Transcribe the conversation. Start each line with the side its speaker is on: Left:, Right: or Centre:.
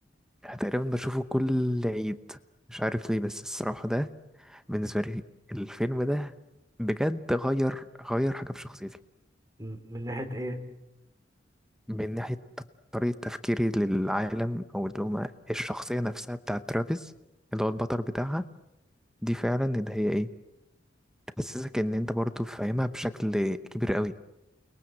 Centre: تقريبا بشوفه كل عيد مش عارف ليه بس الصراحة ده بالنسبة لي الفيلم ده بجد غير غير حاجة في شخصيتي
Right: م- من ناحيه ايه
Centre: من ناحية طريقة تفكيري للعالم أو اللي هما الشخصية نفسها بتاعة ترافيس اللي هو البطل بتاعها دي فعلا اللي هي ايه حسسك ان انت برضو فاهمها بشكل كبير قوي